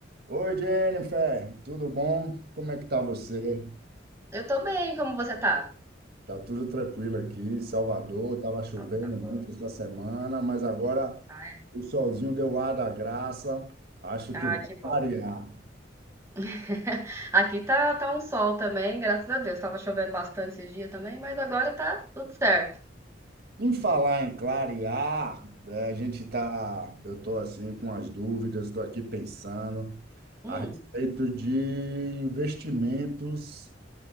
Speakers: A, on the right; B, on the right.
A: Oi, Jennifer, tudo bom? Como é que tá você?
B: Eu tô bem, como você tá?
A: Tá tudo tranquilo aqui, Salvador, Tava chovendo
B: Então tá
A: muito
B: bom.
A: essa semana, mas agora
B: Ai,
A: o solzinho deu ar da graça, acho
B: ah,
A: que vai
B: que bom.
A: clarear.
B: <laughs> Aqui tá, tá um sol também, graças a Deus. Tava chovendo bastante esse dia também, mas agora tá tudo certo.
A: Em falar em clarear, eh, a gente tá, eu tô assim com as dúvidas, estou aqui pensando a
B: Hum,
A: respeito de investimentos